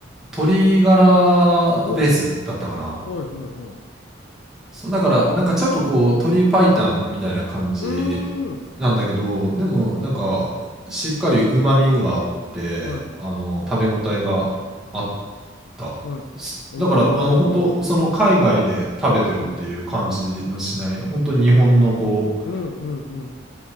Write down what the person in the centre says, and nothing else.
鶏ガラベースだったかな。
そう、だから、なんかちょっとこう、鳥白湯みたいな感じ
なんだけど、でもなんか、しっかり旨味があって、
あの、食べ応えがあった。
すだから、
あの、本当その海外で食べてるっていう感じのしない、
本当日本のこう、